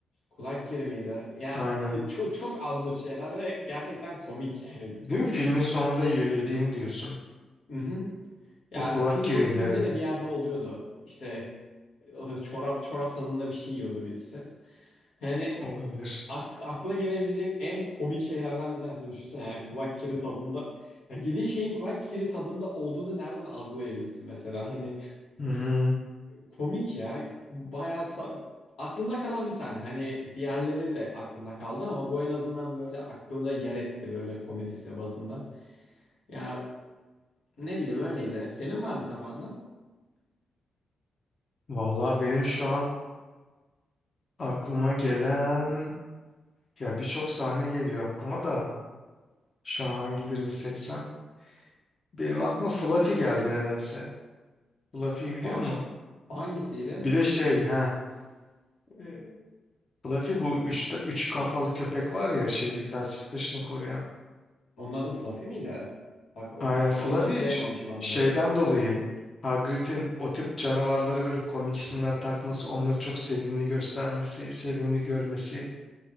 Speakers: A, on the left (about 75°); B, on the left (about 40°).
A: Kulak kiri miydi? Ya
B: Aynen.
A: e, çok çok absürt şeyler ve gerçekten komik yani.
B: Değil mi? Filmin sonunda yiyor, yediğini diyorsun.
A: Hı hı. Ya
B: O kulak
A: film
B: kiriydi
A: filmde
B: evet.
A: de bir yerde oluyordu. İşte e, çorap çorap tadında bir şey yiyordu birisi. Yani
B: Olabilir.
A: ak- akla gelebilecek en komik şeylerden bir tanesi. Düşünsene yani kulak kiri tadında. Yani yediği şeyin kulak kiri tadında olduğunu nereden algılayabilirsin mesela? Hani
B: Hı hı.
A: komik ya. Bayağı sa- aklımda kalan bir sahne. Hani diğerleri de aklımda kaldı ama bu en azından böyle aklımda yer etti böyle komedisi bazında. Ya ne bileyim öyleydi. Senin var mı kafanda?
B: Vallahi benim şu an aklıma gelen ya birçok sahne geliyor aklıma da şu an hangi birini seçsem. Benim aklıma Fluffy geldi nedense. Fluffy'yi biliyor
A: O-
B: musun?
A: hangisiydi?
B: Bir de şey ha e, Fluffy bu üç, üç kafalı köpek var ya şey felsefe taşını koruyan.
A: Onun adı Fluffy miydi? Bak o-
B: Aynen Flaviç
A: onu hatırlayamamışım adını.
B: şeyden dolayı Hagrid'in o tip canavarlara böyle komik isimler takması, onları çok sevimli göstermesi, sevimli görmesi.